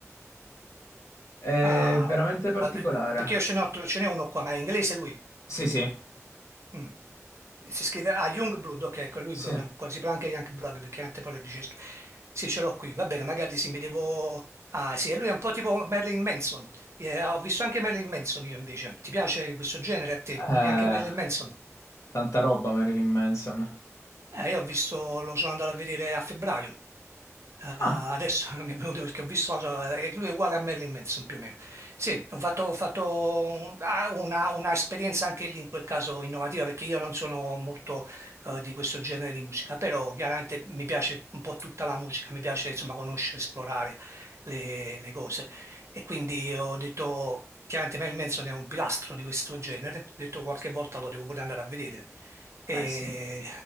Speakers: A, on the left (about 65°); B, on the right (about 60°).
A: È
B: Ah,
A: veramente particolare.
B: eh, perché io ce n'ho, ce n'è uno qua, ma è inglese lui.
A: Sì, sì,
B: Mm. Si scrive ah, Youngblood, ok, ecco lui
A: sì.
B: proprio. ancora. Si parla anche Youngblood perché tante parole di ricerca. Sì, ce l'ho qui, va bene, magari sì, mi devo... Ah, sì, e lui è un po' tipo Merlin Manson. Eh, ho visto anche Merlin Manson io invece. Ti piace questo genere a te? Quindi
A: Eh,
B: anche Merlin Manson?
A: tanta roba, Marilyn Manson.
B: Eh, io ho visto, lo sono andato a vedere a febbraio. Eh, adesso
A: Ah,
B: <laughs> mi è venuto perché ho visto la- eh, lui è uguale a Marilyn Manson più o meno. Sì, ho fatto, ho fatto un- ah, una, una esperienza anche lì in quel caso innovativa perché io non sono molto eh, di questo genere di musica, però chiaramente mi piace un po' tutta la musica, mi piace insomma conoscere, esplorare le, le cose e quindi ho detto, chiaramente Marilyn Manson è un pilastro di questo genere, ho detto qualche volta lo devo pure andare a vedere. E-
A: eh sì.